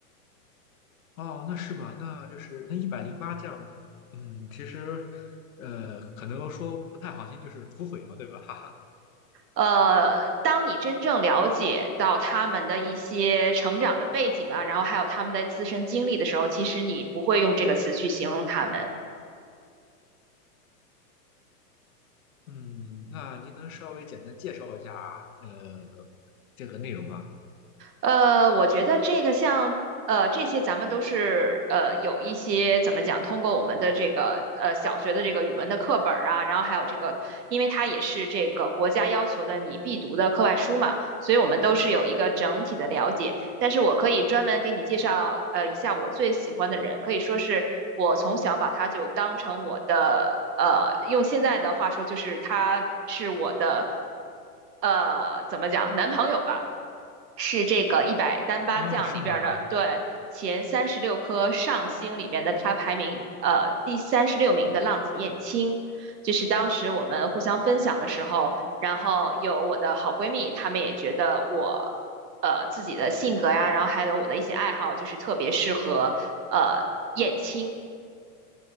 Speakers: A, on the left; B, on the right.
A: 哦，那是吧？那就是那一百零八将，嗯，其实，呃，可能说不太好听，就是土匪嘛，对吧？<laughs> 哈哈。
B: 呃，当你真正了解到他们的一些成长的背景啊，然后还有他们的自身经历的时候，其实你不会用这个词去形容他们。
A: 嗯，那您能稍微简单介绍一下，呃，这个内容吗？
B: 呃，我觉得这个像呃这些，咱们都是呃有一些怎么讲，通过我们的这个呃小学的这个语文的课本儿啊，然后还有这个，因为它也是这个国家要求的你必读的课外书嘛，所以我们都是有一个整体的了解。但是我可以专门给你介绍呃一下我最喜欢的人，可以说是我从小把他就当成我的呃，用现在的话说就是他是我的呃怎么讲男朋友吧。是这个一百单八将里边儿的，
A: 哦，是吗？
B: 对，前三十六颗上星里边的，他排名呃第三十六名的浪子燕青，就是当时我们互相分享的时候，然后有我的好闺蜜，她们也觉得我呃自己的性格呀，然后还有我的一些爱好，就是特别适合呃燕青，